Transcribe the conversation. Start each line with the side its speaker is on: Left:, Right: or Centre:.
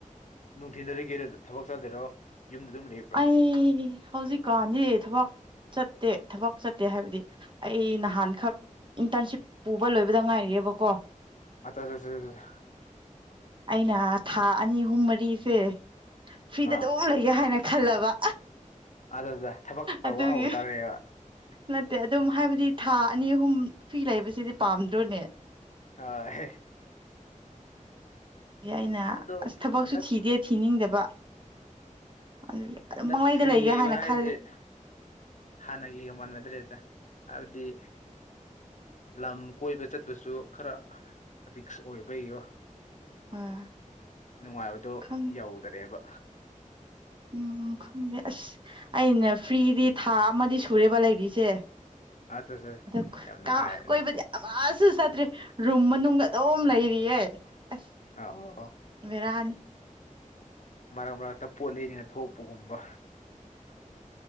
Left: ꯅꯨꯡꯊꯤꯟꯗꯗꯤ ꯀꯩꯗꯧ ꯊꯕꯛ ꯆꯠꯂꯤꯔꯣ ꯌꯨꯝꯗ ꯑꯗꯨꯝ ꯂꯩꯕ꯭ꯔꯣ
Right: ꯑꯩ ꯍꯧꯖꯤꯛꯀꯥꯟꯗꯤ ꯊꯕꯛ ꯆꯠꯇꯦ ꯊꯕꯛ ꯆꯠꯇꯦ ꯍꯥꯏꯕꯗꯤ ꯑꯩ ꯅꯍꯥꯟꯈꯛ ꯏꯟꯇꯔꯟꯁꯤꯞ ꯄꯨꯕ ꯂꯣꯏꯕꯗ ꯉꯥꯏꯔꯤꯌꯦꯕꯀꯣ
Left: ꯑꯆꯥ ꯆꯥ ꯆꯥ ꯆꯥ
Right: ꯑꯩꯅ ꯊꯥ ꯑꯅꯤ ꯑꯍꯨꯝ ꯃꯔꯤꯁꯦ ꯐ꯭ꯔꯤꯗ
Left: ꯑꯥ
Right: ꯑꯗꯨꯝ ꯂꯩꯒꯦ ꯍꯥꯏꯅ ꯈꯜꯂꯕ
Left: ꯑꯗꯨꯗ ꯊꯕꯛ ꯇꯧꯕ
Right: ꯑꯗꯨꯒꯤ
Left: ꯍꯧꯒꯗꯧꯔꯦꯕ
Right: ꯅꯠꯇꯦ ꯑꯗꯨꯝ ꯍꯥꯏꯕꯗꯤ ꯊꯥ ꯑꯅꯤ ꯑꯍꯨꯝ ꯐꯔꯤ ꯂꯩꯕꯁꯤꯗꯤ ꯄꯥꯝꯗ꯭ꯔꯣꯅꯦ
Left: ꯍꯣꯏ
Right: ꯑꯗꯨꯒꯤ ꯑꯩꯅ
Left: ꯑꯗꯣ
Right: ꯑꯁ ꯊꯕꯛꯁꯨ
Left: ꯍꯟꯗꯛ
Right: ꯊꯤꯗꯦ ꯊꯤꯅꯤꯡꯗꯕ ꯑꯗꯨ ꯑꯗꯨꯝ
Left: ꯍꯟꯗꯛ
Right: ꯄꯪꯂꯩꯗ
Left: ꯐ꯭ꯔꯤ
Right: ꯂꯩꯒꯦ
Left: ꯂꯩꯕ
Right: ꯍꯥꯏꯅ
Left: ꯍꯥꯏꯁꯦ
Right: ꯈꯜꯂꯦ
Left: ꯍꯥꯟꯅꯒꯤꯒ ꯃꯥꯟꯅꯗ꯭ꯔꯦꯗ ꯍꯥꯏꯕꯗꯤ ꯂꯝ ꯀꯣꯏꯕ ꯆꯠꯄꯁꯨ ꯈꯥꯔ ꯔꯤꯛꯁ ꯑꯣꯏꯕꯒꯤꯀꯣ
Right: ꯑ
Left: ꯅꯨꯡꯉꯥꯏꯕꯗꯣ
Right: ꯈꯪ
Left: ꯌꯧꯗꯔꯦꯕ
Right: ꯎꯝ ꯈꯪꯗꯦ ꯑꯁ ꯑꯩꯅ ꯐ꯭ꯔꯤꯗꯤ ꯊꯥ ꯑꯃꯗꯤ ꯁꯨꯔꯦꯕ ꯂꯩꯔꯤꯁꯦ
Left: ꯑꯠꯆꯥ ꯆꯥ
Right: ꯑꯗꯨ
Left: ꯌꯥꯝ ꯅꯨꯡꯉꯥꯏꯔꯅꯤ
Right: ꯇꯥꯎ ꯀꯣꯏꯕꯗꯤ ꯑꯃ ꯁꯨ ꯆꯠꯇ꯭ꯔꯤ ꯔꯨꯝ ꯃꯅꯨꯡꯗ ꯑꯗꯨꯝ ꯂꯩꯔꯤꯌꯦ ꯑꯁ
Left: ꯑ ꯑꯣ ꯑꯣ
Right: ꯕꯦꯔꯥꯅꯤ
Left: ꯃꯔꯛ ꯃꯔꯛ ꯇ ꯄꯣꯠ ꯂꯩꯅꯤꯅ ꯊꯣꯛꯄꯒꯨꯝꯕ